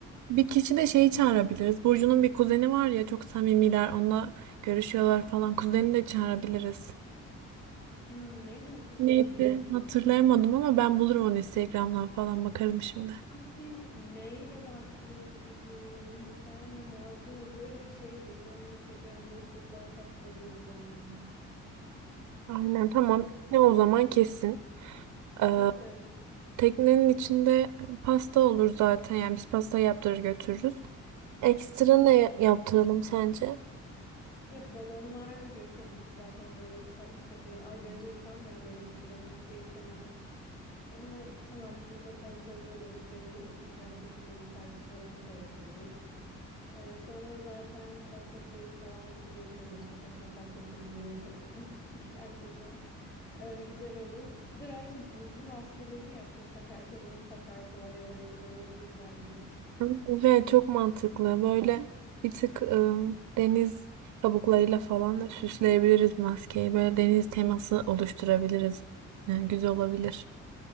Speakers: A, on the right; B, on the left.
A: Bir kişi de şeyi çağırabiliriz. Burcu'nun bir kuzeni var ya çok samimiler. Onunla görüşüyorlar falan. Kuzeni de çağırabiliriz.
B: Hmm, neydi o kızın
A: Neydi?
B: adı ya?
A: Hatırlayamadım ama ben bulurum onu Instagram'dan falan bakarım şimdi.
B: Sanki N ile başlıyor gibiydi. Nisa mı Nazlı mı? Böyle bir şeydi. Yine mi Instagram'da stoklarsak bulabiliriz aynen.
A: Aynen tamam.
B: Evet
A: Ne o zaman kesin. Ee,
B: evet. evet.
A: teknenin içinde pasta olur zaten. Yani biz pasta yaptırır götürürüz. Ekstra ne yaptıralım sence?
B: Ya balonlar götürürüz zaten böyle te- tekneye. Ay denize uçar mı ya? Denizi kirletmek de istemem. Ama tamam burada kontrollü oluruz. Denize uçmayacak şekilde birkaç balon koyabiliriz. Ee, sonra zaten konfeti falan götürürüz. Kafasına patlatırız böyle şok olur. <laughs> Girer girmez. Ee, güzel olur. Bir de belki burcu maskeleri mi yaptırsak herkes onu takar falan eğlenceli olabilir belki.
A: Hı. Ve çok mantıklı. Böyle bir tık ım, deniz kabuklarıyla falan da süsleyebiliriz maskeyi. Böyle deniz teması oluşturabiliriz. Yani güzel olabilir.